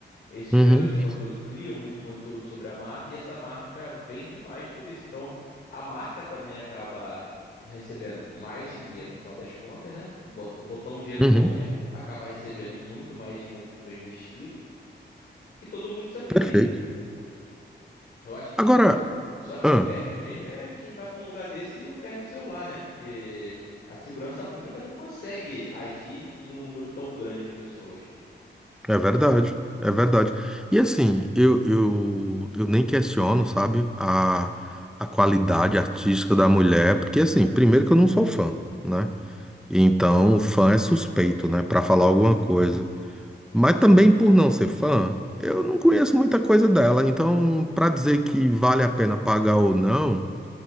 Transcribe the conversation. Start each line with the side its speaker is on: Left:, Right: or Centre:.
Left: Esses
Centre: Uhum,
Left: criadores de conteúdo criam muito conteúdo sobre a marca e essa marca vende mais por isso. Então, a marca também acaba recebendo mais dinheiro no final das contas, né? Bot- Botou um dinheiro
Centre: uhum,
Left: bom, mas acaba recebendo muito mais dinheiro do que foi investido e todo mundo sai feliz.
Centre: perfeito.
Left: Eu acho que
Centre: Agora,
Left: só quem
Centre: ah,
Left: perde mesmo é quem vai para um lugar desse e perde o celular, né? Porque a segurança pública não consegue agir em um número tão grande de pessoas.
Centre: é verdade, é verdade. E assim, eu, eu, eu nem questiono, sabe, a, a qualidade artística da mulher, porque assim, primeiro que eu não sou fã, né? Então, fã é suspeito, né, Pra falar alguma coisa. Mas também por não ser fã, eu não conheço muita coisa dela. Então, pra dizer que vale a pena pagar ou não.